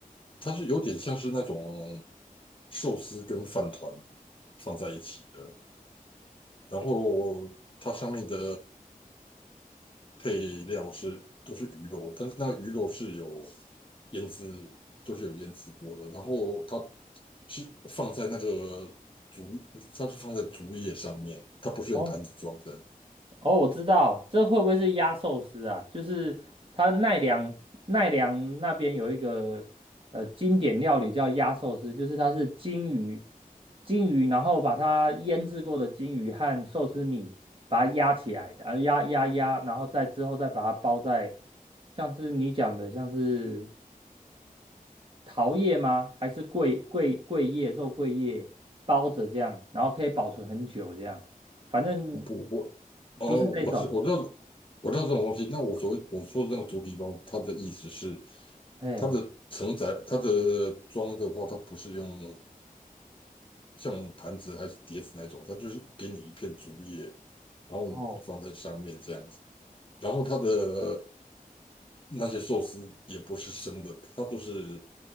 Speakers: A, on the left; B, on the right.
A: 它是有点像是那种寿司跟饭团放在一起的然后它上面的配料是都是鱼肉，但是那个鱼肉是有腌制，都是有腌制过的。然后它是放在那个竹，它是放在竹叶上面，它不是用坛子装的。
B: 哦，哦，我知道，这会不会是压寿司啊？就是它奈良奈良那边有一个呃经典料理叫压寿司，就是它是金鱼金鱼，然后把它腌制过的金鱼和寿司米把它压起来，然后压压压，然后再之后再把它包在像是你讲的像是桃叶吗？还是桂桂桂叶肉桂叶包着这样，然后可以保存很久这样，反正
A: 我不我哦，
B: 不是这种。
A: 我是我知道我知道这种东西。那我所谓我说的那个竹皮包，它的意思是
B: 哎，
A: 它的承载它的装的话，它不是用。像盘子还是碟子那种，它就是给你一片竹叶，然后你放在上面这样子。
B: 哦，
A: 然后它的那些寿司也不是生的，它都是